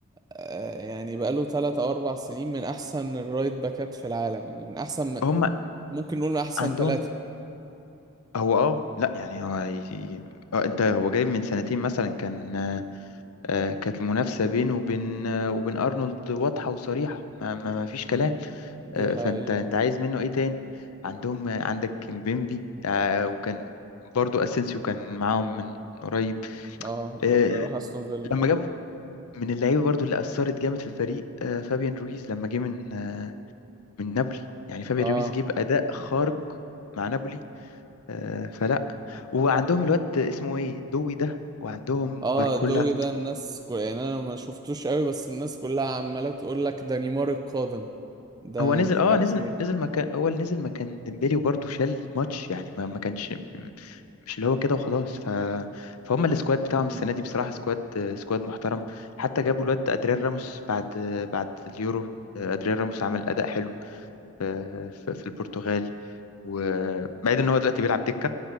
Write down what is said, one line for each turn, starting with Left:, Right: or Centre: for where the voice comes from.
Right: آه، يعني بقاله ثلاث او اربع سنين من احسن الرايت باكات في العالم يعني من احسن
Left: هم
Right: ممكن نقول من احسن
Left: عندهم
Right: ثلاثة
Left: هو اه لأ يعني هو ي- اه انت هو جاي من سنتين مثلا كان آه، آه، كانت المنافسة بينه وبين آه، وبين أرنولد واضحة وصريحة ما ما ما فيش كلام
Right: دي
Left: آه،
Right: حقيقة
Left: فانت انت عايز منه ايه تاني عندهم آه، عندك كيمبيمبي آه، وكان برضو اسينسيو كان معاهم من قريب
Right: اه
Left: آه،
Right: ابقى اروح استون فيلا
Left: لما جابوا من اللعيبه برضو اللي اثرت جامد في الفريق آه، فابيان رويز لما جه من آه، من نابولي يعني فابيان
Right: اه
Left: رويز جه باداء خارق مع نابولي آه، فلا وعندهم الواد اسمه ايه دوي ده وعندهم
Right: اه
Left: باركولا
Right: دوي ده الناس كو... يعني انا ما شفتوش قوي بس الناس كلها عمالة تقول لك ده نيمار القادم ده
Left: هو نزل
Right: مش
Left: اه
Right: عارف
Left: نزل
Right: ايه
Left: نزل مكان اول نزل مكان ديمبلي وبرضه شال ماتش يعني ما ما كانش مش اللي هو كده وخلاص ف فهم السكواد بتاعهم
Right: امم
Left: السنه دي بصراحه سكواد سكواد محترم حتى جابوا الواد ادريان راموس بعد بعد اليورو ادريان راموس عمل اداء حلو في في البرتغال وبعيد ان هو دلوقتي بيلعب دكه